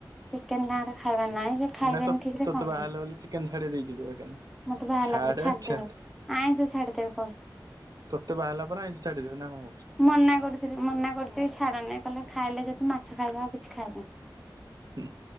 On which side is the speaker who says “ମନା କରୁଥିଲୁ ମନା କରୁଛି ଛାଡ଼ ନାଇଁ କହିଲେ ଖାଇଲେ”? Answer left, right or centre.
Centre